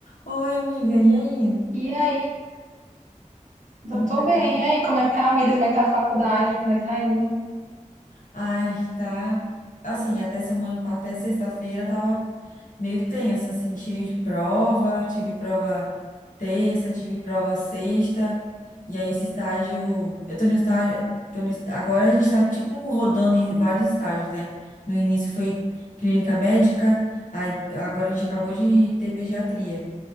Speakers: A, on the left (about 75°); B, on the right (about 70°).
A: Oi, amiga, e aí?
B: E aí,
A: Como
B: eu tô
A: você
B: bem.
A: tá?
B: E aí, como é que tá a vida? Como é que tá a faculdade? Como é que tá indo?
A: Ai, tá. Assim, até semana, pa- até sexta-feira tava meio tenso, assim, cheio de prova. Tive prova terça, tive prova sexta. E aí, esse estágio. Eu tô no estágio. Tô no, est- agora a gente tá, tipo, rodando em vários estágios, né? No início foi clínica médica, aí agora a gente acabou de ter pediatria.